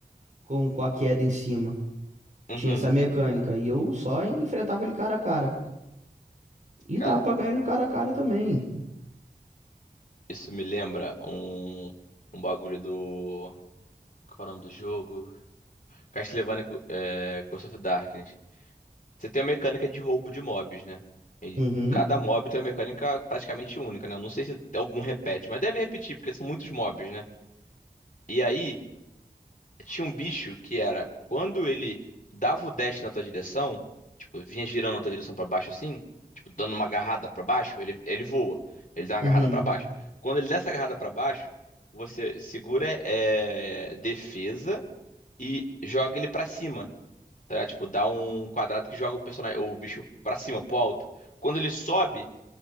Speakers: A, on the right; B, on the left.
A: com, com a queda em cima.
B: Uhum.
A: Tinha essa mecânica. E eu só enfrentava ele cara a cara. E
B: Cara,
A: dá pra ganhar no cara a cara também.
B: isso me lembra um, um bagulho do. Qual é o nome do jogo? Castlevania é, Curse of Darkness. Você tem a mecânica de roubo de mobs, né? E
A: Uhum.
B: cada mob tem uma mecânica praticamente única, né? Eu Não sei se algum repete, mas deve repetir, porque são muitos mobs, né? E aí, tinha um bicho que era quando ele dava o dash na tua direção, tipo, vinha girando na tua direção pra baixo assim, tipo, dando uma agarrada pra baixo, ele, ele voa. Ele dá uma
A: Uhum.
B: agarrada pra baixo. Quando ele dá essa agarrada pra baixo, você segura é, defesa e joga ele pra cima, tá? ligado? Tipo, dá um quadrado que joga o personagem, o bicho pra cima, pro alto. Quando ele sobe,